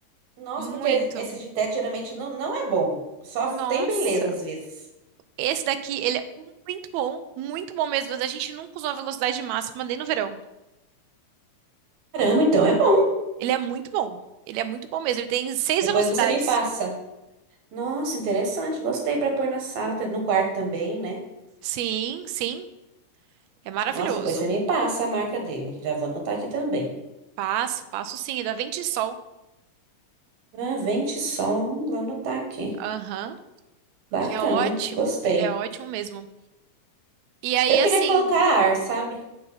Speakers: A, on the right; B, on the right.
A: Nossa,
B: muito.
A: porque esse de teto geralmente não, não é bom. Só
B: Nossa,
A: tem beleza às vezes.
B: esse daqui, ele é muito bom, muito bom mesmo, mas a gente nunca usou a velocidade máxima nem no verão.
A: Caramba, então é bom.
B: Ele é muito bom. Ele é muito bom mesmo. Ele tem seis
A: Depois
B: velocidades.
A: você me passa. Nossa, interessante. Gostei para pôr na sala, tá- no quarto também, né?
B: Sim, sim. É maravilhoso.
A: Nossa, depois você me passa a marca dele. Já vou anotar aqui também.
B: Passo, passo sim. É da Vento e Sol.
A: Ah, vente sol, hum, vou anotar aqui.
B: Aham.
A: Bacana,
B: Ele é ótimo,
A: gostei.
B: ele é ótimo mesmo. E aí,
A: Eu
B: assim,
A: queria colocar ar, sabe?